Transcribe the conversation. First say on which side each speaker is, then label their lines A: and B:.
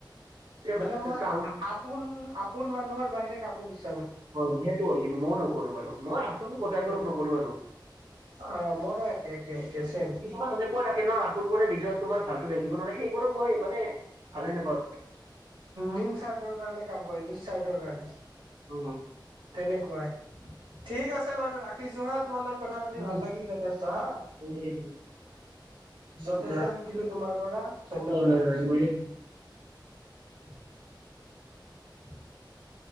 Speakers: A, on the right; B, on the right.
A: তেওঁ-
B: মানে মই
A: তাহো-
B: আ আ আপোন- আপোন মানুহৰ বাহিৰে কাকো বিচ
A: হয়, সেইটো হয় কিন্তু মই নকৰো বাৰু মই আপোনো গোটাইবোৰক
B: উম
A: নকৰো বাৰু।
B: অ', মৰো একে একে-একে চেম।
A: কিছুমান এনেকুৱা থাকে ন আপোন বোৰে নিজৰ তোমাৰ ভালতো দেখিব নোৱাৰে সেইবোৰক মই মানে ভালে নাপাওঁ।
B: নিম স্বাৰ্থৰ কাৰণে কাম কৰে নি স্বাৰ্থৰ কাৰণে।
A: উম।
B: তেনেকুৱাই, ঠিক আছে বাৰু ৰাখিছোঁ হাঁ তোমা লগ কথা পাতি
A: হয় হয়
B: ভাল লাগিল যথেষ্ট হা,
A: হয়
B: যথেষ্ট
A: হয়,
B: খি শিকিলোঁ তোমাৰ পৰা। ধন্যবাদ
A: হয়
B: ৰাখিছো
A: মই মইও
B: <unintelligible> <unintelligible>